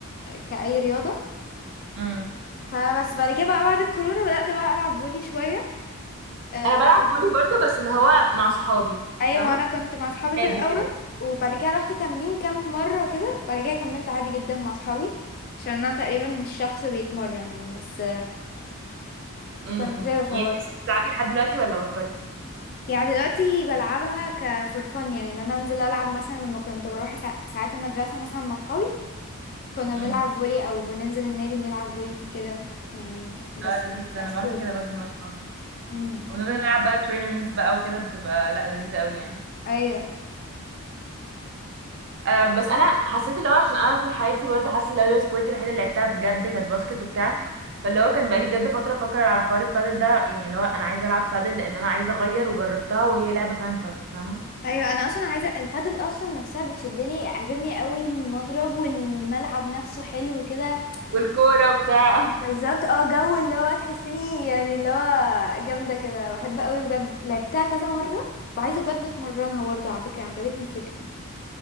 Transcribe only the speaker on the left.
كاي رياضه
فبس بعد كده بقى بعد الكورونا بدات بقى العب فولي شويه آه
كنت
ايوه
انا كنت مع اصحابي
في الاول
وبعد كده رحت تمرين كام مره كده بعد كده كملت عادي جدا مع اصحابي عشان انا تقريبا مش شخص بيتمرن يعني بس
كانت روشة
برضه
يعني دلوقتي بلعبها كفور فن يعني ان انا انزل العب مثلا لما كنت بروح سا- ساعات المدرسه مثلا مع اصحابي كنا
بنلعب فولي او بننزل النادي بنلعب فولي كده يعني بس
مش
كسبور
امم
ايوه
ايوه انا اصلا عايزه البادل اصلا نفسها بتشدني عاجبني قوي المضرب والملعب نفسه حلو كده
بالظبط اه جو اللي هو تحسيني يعني اللي هو جامده كده بحب قوي بجد لعبتها كذا مره وعايزه بجد اتمرنها برضه على فكره عجبتني الفكره